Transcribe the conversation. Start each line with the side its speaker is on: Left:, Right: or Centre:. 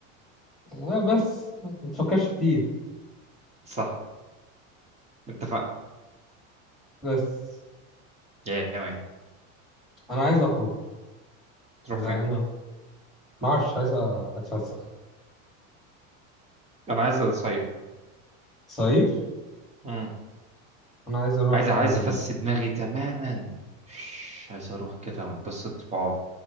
Centre: آه، بس ما تفكرش كتير
Right: صح اتفقنا
Centre: بس
Right: يا جماعه
Centre: انا عايز اخرج
Right: تروح
Centre: زي
Right: فين
Centre: انا ما اعرفش عايز اتفسح
Right: انا عايز اصيف
Centre: صيف
Right: مم.
Centre: انا عايز اروح
Right: عايز
Centre: فعلا
Right: عايز افسي دماغي تماما مش عايز اروح كده انبسط واقعد